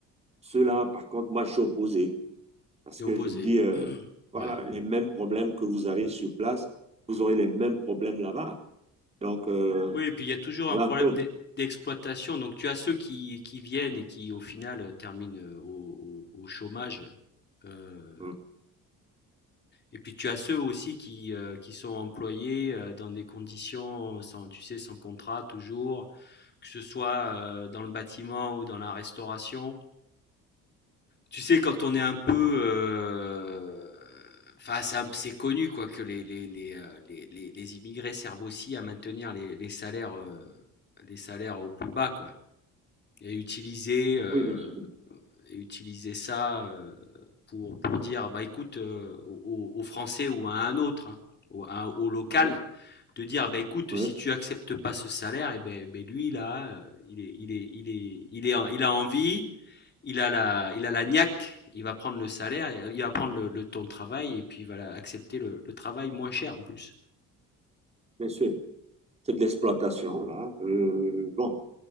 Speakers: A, on the right; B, on the left.
A: Ceux-là, par contre, moi, je suis opposé. Parce
B: Et
A: que
B: opposé.
A: je me dis, euh,
B: <clears throat>
A: voilà,
B: Ouais.
A: les mêmes problèmes que vous avez sur place, vous aurez les mêmes problèmes là-bas. Donc, euh,
B: Oui, et puis il y a toujours
A: voilà
B: un problème
A: un peu.
B: d'e- d'exploitation. Donc tu as ceux qui, qui viennent et qui au final euh, terminent euh, au, au- au chômage. Euh,
A: Mm.
B: et puis tu as ceux aussi qui, euh, qui sont employés euh, dans des conditions sans, tu sais, sans contrat toujours, que ce soit euh, dans le bâtiment ou dans la restauration. Tu sais, quand on est un peu... euh, Enfin, c'est connu quoi, que les, les, les, euh, les, les- les immigrés servent aussi à maintenir les, les salaires, euh, les salaires au plus bas quoi, et utiliser euh,
A: Oui, bien sûr.
B: et utiliser ça euh, pour, pour dire bah écoute euh, aux, aux Français ou à un autre, hein, au, à- au local,
A: Oui,
B: de dire bah écoute
A: oui,
B: si tu acceptes pas ce salaire, et ben, ben, lui là, euh, il est, il est, il est, il est, il a envie, il a la, il a la niaque, il va prendre le salaire, euh, il va prendre le, le ton de travail et puis il va accepter le, le travail moins cher en plus.
A: bien sûr. C'est de l'exploitation, là. Euh, bon,